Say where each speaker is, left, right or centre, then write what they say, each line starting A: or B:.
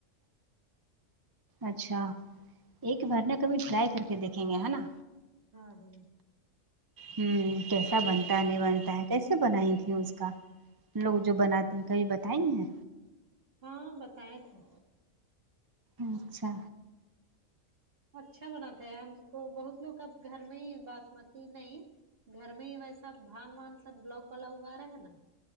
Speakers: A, on the right; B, on the right.
A: اچھا ایک بار نا کبھی ٹرائی کر کے دیکھیں گے ہے نا
B: ہاں ہاں
A: ہوں کیسا بنتا ہے نہیں بنتا ہے کیسے بنائی تیں اس کا لوگ جو بناتے ہیں کہیں بتائی ہیں
B: ہاں بتیے تھے
A: اچھا
B: اچھا بناات تھا ہم کو بہت لوگ اب گھر میں ہی باسمتی نہیں گھر میں ہی ویسا دھان وان سب بلاک والا اگا رہا ہے نا